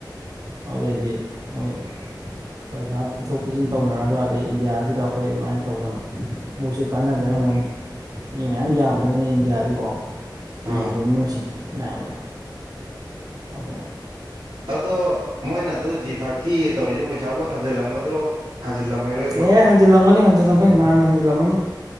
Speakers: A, on the right; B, on the right.
A: ꯑꯗꯨꯗꯩꯗꯤ ꯃꯣꯏ ꯄꯩꯁꯥ ꯄꯤꯊꯣꯛ ꯄꯤꯁꯤꯟ ꯇꯧꯅꯔꯒ ꯑꯗꯩ ꯏꯟꯗꯤꯌꯥꯁꯤꯗ ꯑꯩꯈꯣꯏ ꯑꯗꯨꯃꯥꯏꯅ ꯇꯧꯗꯅ ꯃꯣꯏꯁꯨ ꯀꯥꯟꯅꯖ ꯐꯪꯒꯅꯤ ꯃꯤ ꯃꯌꯥꯝ ꯌꯥꯝꯕꯅꯤꯅ ꯑꯩꯅ ꯌꯥꯗꯤꯀꯣ
B: ꯑꯥ
A: ꯏꯉꯅꯤ ꯃꯁꯤꯟ ꯑꯗꯣ ꯑꯗꯣ
B: ꯑꯗꯣ ꯃꯣꯏꯅ ꯑꯗꯨ ꯖꯤ ꯐꯥꯏꯚꯀꯤ ꯇꯧꯔꯤꯁꯤ ꯄꯩꯁꯥꯕꯨ ꯍꯟꯖꯤꯜꯂꯝꯒꯗ꯭ꯔꯣ ꯍꯟꯖꯤꯜꯂꯝꯃꯔꯣꯏꯗ꯭ꯔꯣ
A: ꯑꯦ ꯍꯟꯖꯤꯜꯂꯝꯒꯅꯤ ꯍꯟꯖꯤꯜꯂꯝꯒꯅꯤ ꯅꯍꯥꯟꯟꯅ ꯍꯟꯖꯤꯜꯂꯝꯃꯅꯤ